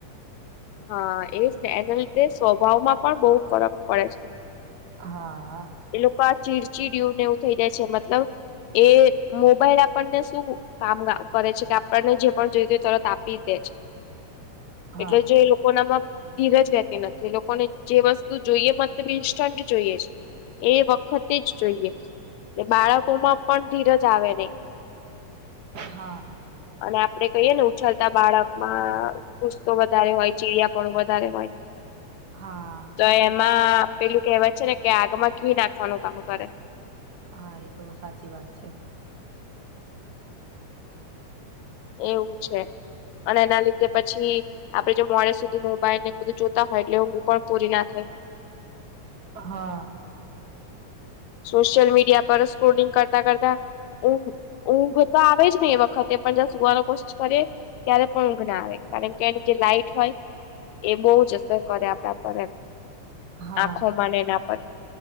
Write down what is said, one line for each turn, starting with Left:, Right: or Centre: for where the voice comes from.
Left: હા એજ ને એના લીધે સ્વભાવમાં પણ બહુ ફરક પડે છે
Right: હા
Left: એ લોકો આ ચીરચીડું ને એવું થઈ જાય છે મતલબ એ મોબાઈલ આપણને શું કામ કરે છે કે આપણને જે પણ જોઈ તરત આપી દે છે
Right: હા
Left: એટલે જે એ લોકો નામાં ધીરજ રહેતી નથી લોકોને જે વસ્તુ જોઈએ મતલબ ઇન્સ્ટન્ટ જોઈએ જ એ વખતે જ જોઈએ એ બાળકોમાં પણ ધીરજ જાવેદે
Right: હા
Left: અને આપડે કહીએ ને ઉછળતા બાળકમાં પુસ્તો વધારે હોય ચીડિયાપ વધારે હોય
Right: હા
Left: તો એમાં પેલું કેવાય છે ને કે આગમાં ઘી નાખવાનું કામ કરે
Right: હા એ તો સાચી વાત છે
Left: એવું છે અને એના લીધે પછી આપડે જો મોડ સુધી મોબાઈલ ને બધું જોતા હોય એટલે ઊંઘ પણ પૂરી ના થાય <unintelligible>
Right: હા
Left: સોશિયલ મીડિયા પર સ્ક્રોલિંગ કરતા કરતા ઊંઘ ઊંઘ તો આવે જ ને એ વખતે પણ જારે સુવાનો કોશિશ કરીએ ત્યારે પણ ઊંઘ ના આવે કારણ કે એની જે લાાઈટ હોય એ બહ જ અસર કરે આપડે આપડ એમ
Right: હા
Left: આખોમાંને એના પર